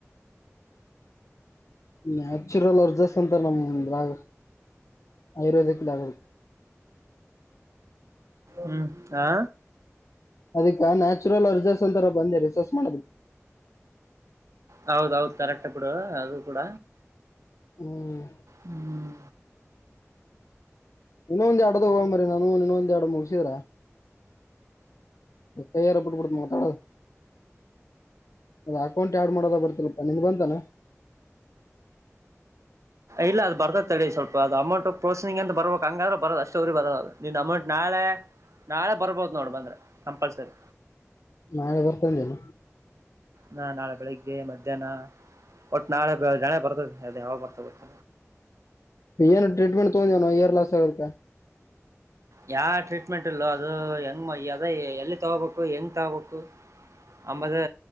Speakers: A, on the left; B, on the right.
A: ನ್ಯಾಚುರಲ್ ವ್ರಜಸ್ ಅಂತ ನಮದ್ರಾಗ ಆಯುರ್ವೇದಕ್ ಲಾಗಲ್
B: ಹ್ಮ್ ಆ
A: ಅದಕ್ಕೆ ನ್ಯಾಚುರಲ್ ಅರ್ಜರ್ಸ್ ಅಂತರ ಬಂದು ರಿಸರ್ಚ್ ಮಾಡೋದು
B: ಹೌದೌದು ಕರೆಕ್ಟ್ ಬಿಡು ಅದು ಕೂಡ
A: ಹ್ಮ್
B: ಹ್ಮ್
A: ಇನ್ನೊಂದ್ ಎರಡ್ದ <unintelligible> ನಾನು ಇನ್ನೊಂದ್ ಎರಡು ಮೂರು ಸೇರಿ ಕೈಯಾರ ಬಿಟಿಬಿಡ್ತೀನ್ ಓ ತಾಳ ಅ ಅಕೌಂಟ್ ಆಡ್ ಮಾಡೋದ ಬರ್ತರಪ್ಪಾ ನಿನ್ ಬಂತಾನ
B: ಇಲ್ಲ ಅದು ಬರ್ತ ತಡೆ ಸ್ವಲ್ಪ ಅದು ಅಮೌಂಟ್ ಪ್ರಸಿಂಗ್ ಅಂತ ಬರಬೇಕು ಅಂಗಾರ ಬರದ ಅಷ್ಟ ಅವ್ರ ಬರಲ್ಲ ನಿನ್ನ ಅಮೌಂಟ್ ನಾಳೆ ನಾಳೆ ಬರ್ಬೋದು ನೋಡು ಬಂದ್ರೆ ಕಂಪಲ್ಸರಿ
A: ನಾಳೆ ಬರ್ತಿ ಅಂದೆನು
B: ನಾ ನಾಳೆ ಬೆಳಿಗ್ಗೆ ಮಧ್ಯಾಹ್ನ ಒಟ್ಟು ನಾಳೆ <unintelligible> ಬರ್ತದೆ ಯಾಗ ಬರ್ತ ಗೊತ್ತ
A: ಏನು ಟ್ರೀಟ್ಮೆಂಟ್ ತಗೊಂದವನೋ ಇಯರ್ ಲಾಸ್ ಆಗದಕ್ಕ
B: ಯಾ ಟ್ರೀಟ್ಮೆಂಟ್ ಇಲ್ಲೋ ಅದು ಹೆಂಗ್ ಅದ ಎಲ್ಲಿ ತಗೋಬೇಕು ಹೆಂಗ್ ತಗಬೇಕು ಆಂಬದೆ